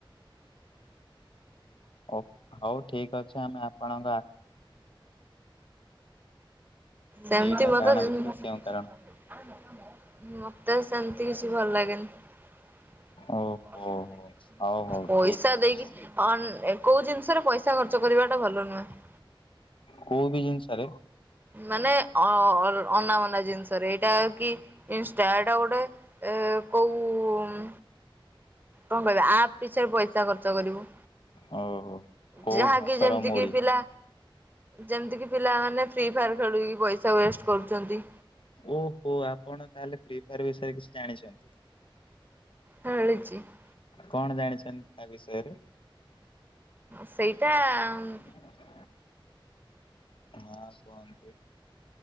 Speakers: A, on the left; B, on the right.
A: ଓ ହୋଉ ଠିକ ଅଛି, ଆମେ ଆପଣଙ୍କ ଆ
B: ସେମ୍ତି
A: ଦିଟା
B: ମତେ
A: କାରଣ ଭିତରୁ କେଉଁ କାରଣ
B: <unintelligible> ମତେ ସେମ୍ତି କିଛି ଭଲ୍ ଲାଗେନି।
A: ଓହୋ ହଉ ହଉ
B: ପଇସା
A: ଠିକ ଅଛି
B: ଦେଇକି ଏକୋଇସି <unintelligible> ପଇସା ତା ଖର୍ଚ୍ଚ କରିବା ଟା ଭଲ ନୁହେଁ।
A: କୋଉ ବି ଜିନିଷ୍ ରେ?
B: ମାନେ ଅ, ଅ, ଅଲ୍, ଅନାବନା ଜିନିଷ୍ ରେ ଏଇଟାଉ <unintelligible> ଏଟାଗୋଟେ କୋଉମ୍ କଁ, କହିବା ଆପ୍ ପିଛାରେ ପଇସା ଖର୍ଚ୍ଚ କରିବୁ।
A: ଓହୋ କୋଉ
B: ଯାହାକି
A: ଘାସର
B: ଯେମିତି
A: ମୂଳି।
B: କି ପିଲା ଯେମତି କିି ପିଲାମାନେ ଫ୍ରି ଫାୟାର ଖେଳି ପଇସା ୱେଷ୍ଟ କରୁଛନ୍ତି।
A: ଓହୋ, ଆପଣ ତାହେଲେ ଫ୍ରି ଫାୟାର୍ ବିଷୟରେ କିଛି ଜାଣିଚନ୍ତି।
B: ହୁଁ <unintelligible>
A: କଣ ଜାଣିଛନ୍ତ୍ ତା ବିଷୟରେ?
B: ସେଇଟା ଅଂମ୍
A: <inaudible> ହାଁ, କୁହନ୍ତୁ।